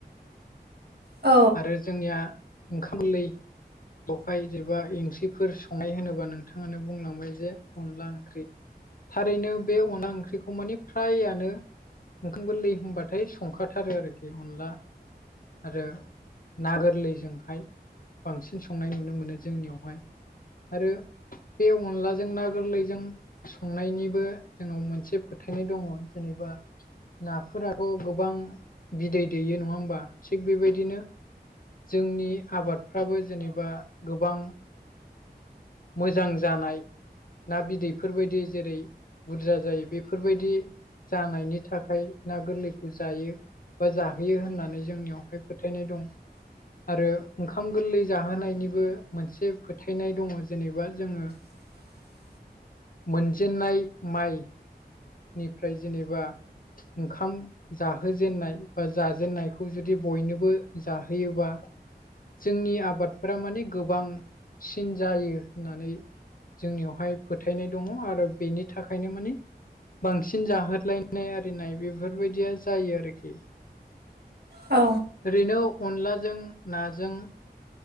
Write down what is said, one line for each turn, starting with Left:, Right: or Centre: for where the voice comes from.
Right: औ
Left: आरो जोंनिया ओंखामोरलै बेयावहाय जबा ओंख्रिफोर संनाय होनोबा नोंथाङानो बुंलांबाय जे अनला ओंख्रि। थारैनो बे अन ओंख्रिखौ माने फ्रायानो ओंखामफोरोर लै होनबाथाय संखाथारो आरोखि अनला आरो ना गोरलैजोंहाय बांसिन संनाय नुनो मोनो जोंनियावहाय। आरो बे अनलाजों ना गोरलैजों संनायनिबो जोंनाव मोनसे फोथायनाय दङ जेनेबा नाफोराथ' गोबां बिदै दैयो नङा होमबा थिग बेबायदिनो जोंनि आबादफ्राबो जेनेबा गोबां मोजां जानाय ना बिदैफोरबायदि जेरै बुरजा जायो बेफोरबायदि जानायनि थाखाय ना गोरलैखौ जायो। बा जाहोयो होननानै जोंनियावहाय फोथायनाय दं। आरो ओंखाम गोरलै जाहोनायनिबो मोनसे फोथायनाय दङ जेनेबा जोङो
Right: <inaudible>
Left: मोनजेनाय माइ निफ्राय जेनेबा ओंखाम जाहोजेननाय बा जाजेननायखौ जुदि बयनोबो जाहोयोबा जोंनि आबादफोरा माने गोबांसिन जायो होननानै जोंनियावहाय फोथायनाय दङ आरो बेनि थाखायनो माने बांसिन जाहोलोलायनाय आरिनाय बेफोरबायदिया जायो आरोखि।
Right: औ
Left: ओरैनो अनलाजों नाजों